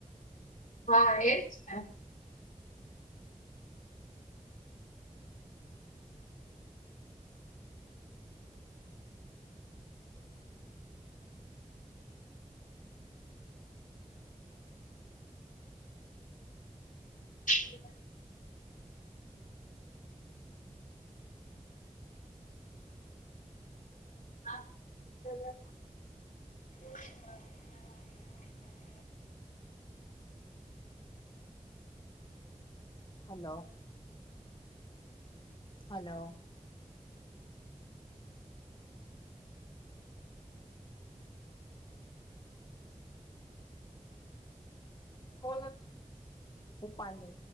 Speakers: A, on the left (about 80°); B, on the left (about 35°).
A: હા એ ને એ હ
B: હલો હલો કોલ ઉપપાને